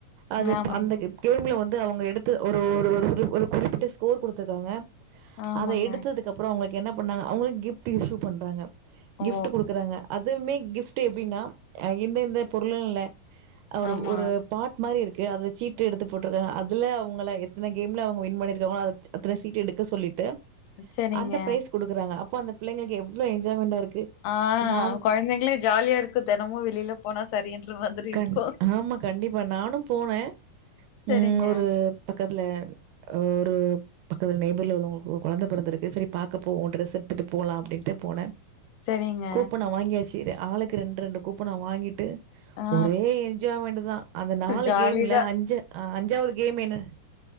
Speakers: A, on the right (about 80°); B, on the left (about 80°).
A: அதுப்
B: ஆமாங்க
A: அந்த கேம்ல வந் அவுங்க எடுத்து ஒரு ஒரு ஒரு ஒரு ஒரு குறிப்பிட்ட ஸ்கோர் குடுத்துர்க்காங்க
B: ஆமாங்க
A: அத எடுத்ததுக் அப்றொ அவுங்ள கென்ன பண்ணாங்க அவுங்ளு கிஃட்டு இஷு பண்றாங்க
B: ஓ
A: கிஃப்ட்டு குடுக்குறாங்க அத் துமே கிஃப்ட்டு எப்டினா இந்த இந்த பொருளு இல்ல அவரு
B: ஆமா
A: ஒரு பாட் மரி இருக் கு அதுல சீட்டு எடுத்து போட்டுருக்காங்க அதுல அவுங்கள எத்துன கேம்ல அவுங்க வின் பண்ணிருக்காங்ளோ அத் அத்துல சீட் எடுக்க சொல்லிட்டு
B: செரிங்க
A: அந்த ப்ரைஸ் குடுக்குறாங்க அப் போ அந்த பிள்ளைங்ளுக் எவ்ளோ எஜ் ஜேமெண்டா இருக்
B: ஆ
A: நானு
B: கொழந்தைங்களே ஜாலியா இருக்கு தெனமு வெளில போனா சரின்ற மாதிரி
A: கண்
B: இருக்கு
A: ஆம கண்டிப்பா நானு போனே
B: செரிங்க
A: ம் ஒரு பக்கத்ல ஒரு பக்கதுல் நெய்பர்ல உள்ளவுங்கு கொலந்த பெறந்துருக்கு செரி பாக்க போவோ ட்ரெஸ் எட்த்துட்டு போலா அப்டின்டு போன
B: செரிங்க
A: கூப்பன வாங்கியசீரே ஆளுக்கு ரெண் ரெண்டு கூப்பன வாங்கிட்டு
B: ஆ
A: ஒரே என்ஜாமெண்டு தா அந்த நாலு
B: ஜாலிதா
A: கேம்ல அஞ்ச அ அஞ்சாவுது கேம் என்ன